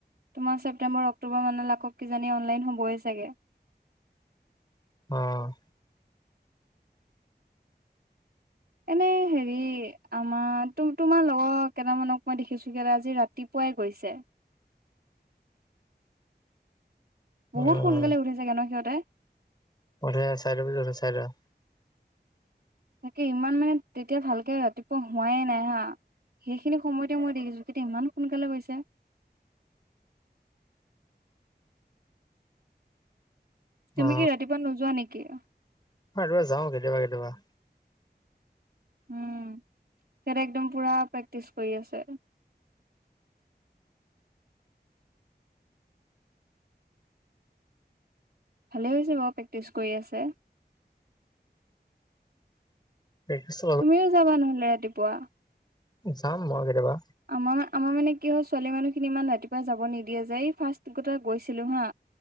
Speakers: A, on the right; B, on the left.
A: তোমাৰ ছেপ্টেমৰ, অক্টোবৰ মানলৈ আকৌ কিজানি অনলাইন হ'বই চাগে
B: অ
A: এনেই হেৰি আমাৰ তো তোমাৰ লগৰ কেইটামানক মই দেখিছোঁগে আজি ৰাতিপুৱাই গৈছে। বহুত
B: উম,
A: সোনকালে উঠেছাগে ন সিঁহতে
B: বোলে চাৰিটা বজাত উঠে চাৰিটা
A: তাকে ইমান মানে তেতিয়া ভালকে ৰাতিপুৱা হোৱাই নাই হা সেইখিনি সময়তে মই দেখিছোঁ হেতি ইমান সোনকালে গৈছে তুমি
B: অ
A: কি ৰাতিপুৱা নোযোৱা নেকি?
B: আৰু যাওঁ কেতিয়া কেতিবা
A: উম সেতে একদম পুৰা প্ৰেক্টিচ কৰি আছে ভালেই হৈছে বাঅ প্ৰেক্টিচ কৰি আছে
B: প্ৰেক্টিচ
A: তুমিও যাবা নহলে ৰাতিপুৱা
B: যাম মই কেতেবা
A: আমাৰ আমাৰ মানে কি হ'ল ছোৱালী মানুহখিনি ইমান ৰাতিপুৱাই যাব নিদিয়ে যে এই ফাৰ্ষ্ট গটা গৈছিলোঁ হা